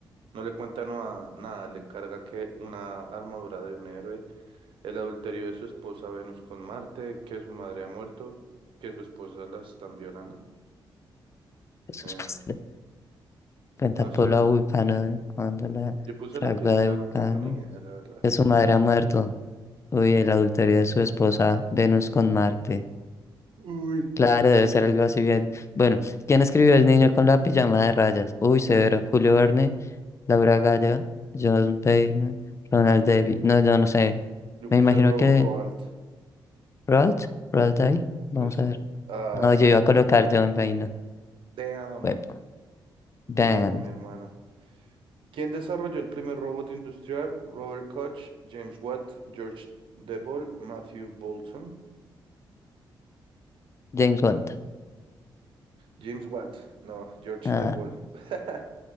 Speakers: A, on the right; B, on the left.
A: No le cuenta no a- nada, le encarga que una armadura de un héroe, el adulterio de su esposa Venus con Marte, que su madre ha muerto, que su esposa la están violando.
B: <laughs> Eso
A: Eh,
B: es posible. Cuenta
A: no
B: Polo
A: sé,
B: a Vulcano de cuando la
A: yo puse
B: fragua
A: la primera,
B: de Vulcano.
A: no tengo ni idea, la verdad.
B: que su madre ha muerto. Uy, el adulterio de su esposa Venus con Marte.
A: Uy.
B: Claro, debe ser algo así bien. Bueno, ¿quién escribió El niño con la pijama de rayas? Uy, severo. Julio Verne, Laura Galla, John Payne, Ronald Davies. No, yo no sé.
A: Yo
B: Me
A: puse
B: imagino
A: Ro
B: que
A: Roald,
B: Roald, Roald Dahl. Vamos
A: Bessie.
B: a ver.
A: Ah,
B: No, yo iba a colocar John Payne.
A: damn.
B: Web.
A: Bueno,
B: Dan,
A: mi hermano. ¿Quién desarrolló el primer robot industrial? Robert Koch, James Watt, George Devol, Matthew Bolton.
B: James Walt.
A: James Watt, no, George
B: Ah,
A: The Ball. <laughs>